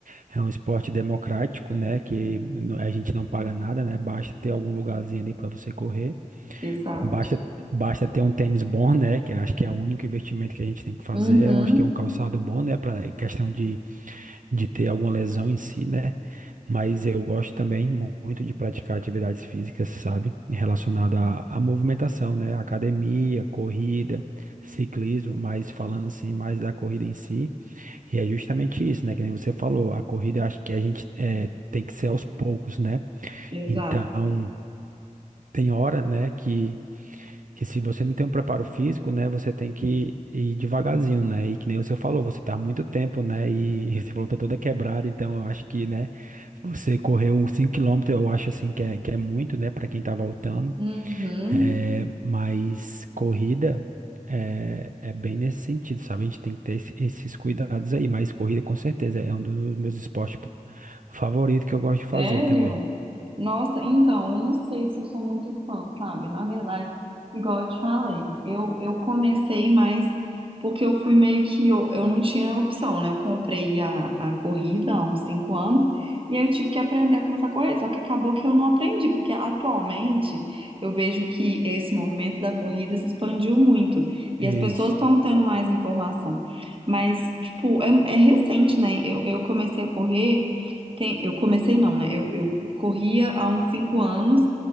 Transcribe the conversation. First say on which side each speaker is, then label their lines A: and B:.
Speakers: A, on the right (about 70°); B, on the right (about 40°).
A: É um esporte democrático, né? Que n- a gente não paga nada, né? Basta ter algum lugarzinho ali para você correr.
B: Exato.
A: Basta, basta ter um tênis bom, né? Que acho que é o único investimento que a gente tem que fazer.
B: Uhum.
A: Eu acho que é um calçado bom, né? Para questão de de ter alguma lesão em si, né? Mas eu gosto também mu- muito de praticar atividades físicas, sabe? Relacionada à, à movimentação, né? Academia, corrida, ciclismo, mas falando assim mais da corrida em si. E é justamente isso, né? Que nem você falou, a corrida acho que a gente eh, tem que ser aos poucos, né?
B: Exato.
A: Então, tem hora, né, que que se você não tem um preparo físico, né, você tem que ir devagarzinho, né? E que nem você falou, você tá há muito tempo, né? E você falou, tá toda quebrada, então eu acho que, né, você correu uns 5 quilômetros, eu acho assim que é, que é muito, né, para quem tá voltando.
B: Uhum.
A: É, mas corrida é, é bem nesse sentido, sabe? A gente tem que ter esse- esses cuidados aí, mas corrida com certeza é um dos meus esportes favoritos que eu gosto de fazer
B: Sério?
A: também.
B: Nossa, então, eu não sei se eu sou muito fã, sabe? Na verdade, igual eu te falei, eu, eu comecei mais porque eu fui meio que. Eu, eu não tinha opção, né? Eu comprei a, a corrida há uns cinco anos e aí eu tive que aprender a começar a correr. Só que acabou que eu não aprendi, porque atualmente eu vejo que esse movimento da corrida se expandiu muito
A: Isso.
B: e as pessoas estão tendo mais informação. Mas, tipo, é, é recente, né? Eu, eu comecei a correr. Tem, eu comecei não, né? Eu, eu corria há uns cinco anos